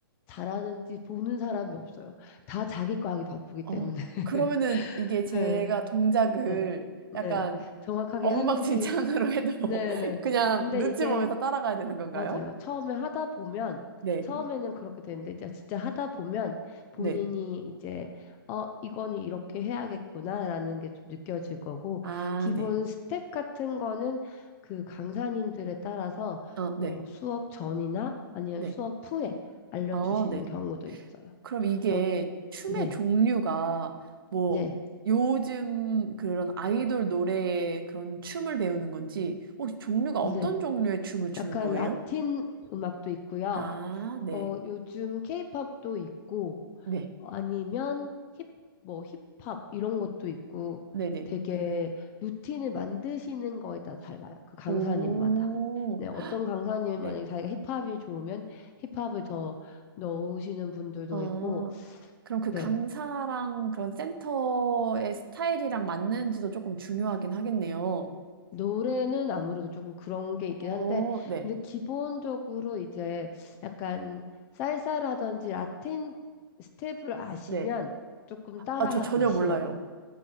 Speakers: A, on the left; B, on the right.
A: 잘하는지 보는 사람이 없어요. 다 자기 거 하기 바쁘기
B: 어,
A: 때문에. <laughs>
B: 그러면은 이게 제가
A: 네.
B: 동작을
A: 네.
B: 약간
A: 네. 정확하게
B: 엉망진창으로
A: 하는지.
B: <laughs> 해도 뭐
A: 네, 네.
B: 그냥
A: 근데
B: 눈치
A: 이게
B: 보면서 따라가야 되는 건가요?
A: 맞아요. 처음에 하다 보면,
B: 네,
A: 처음에는 그렇게 되는데, 이제 진짜 하다 보면 본인이
B: 네.
A: 이제, 어, 이거는 이렇게 해야겠구나라는 게 좀 느껴질 거고,
B: 아,
A: 기본
B: 네.
A: 스텝 같은 거는 그 강사님들에 따라서
B: 어,
A: 뭐
B: 네,
A: 수업 전이나 아니면
B: 네.
A: 수업 후에 알려주시는
B: 어, 네.
A: 경우도 있어요.
B: 그럼 이게
A: 그래서,
B: 춤의
A: 네,
B: 종류가 뭐
A: 네,
B: 요즘 그런 아이돌 노래의 그런 춤을 배우는 건지 혹시 종류가 어떤
A: 네.
B: 종류의 춤을 추는
A: 약간
B: 거예요?
A: 라틴 음악도 있고요.
B: 아, 네.
A: 어, 요즘 케이팝도 있고,
B: 네.
A: 아니면 힙, 뭐 힙합 이런 것도 있고
B: 네네.
A: 되게 루틴을 만드시는 거에 따라 달라요. 그 강사님마다.
B: 오,
A: 네, 어떤 강사님
B: 네.
A: 만약에 자기가 힙합이 좋으면 힙합을 더 넣으시는 분들도
B: 어,
A: 있고,
B: 그럼 그
A: 네.
B: 강사랑 그런 센터의 스타일이랑 맞는지도 조금 중요하긴 하겠네요.
A: 노래는 아무래도 조금 그런 게 있긴
B: 어,
A: 한데,
B: 네,
A: 근데 기본적으로 이제 약간 살사라든지 라틴 스텝을 아시면
B: 네.
A: 조금 따라하기
B: 아, 저 전혀
A: 쉬워요.
B: 몰라요.